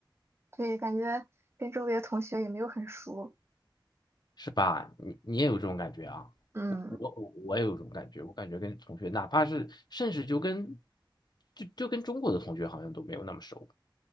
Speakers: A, on the right (about 30°); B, on the left (about 55°).
A: 对，感觉跟周围的同学也没有很熟。
B: 是吧？你你也有这种感觉啊？
A: 嗯。
B: 我我我也有这种感觉，我感觉跟同学，哪怕是甚至就跟就就跟中国的同学好像都没有那么熟，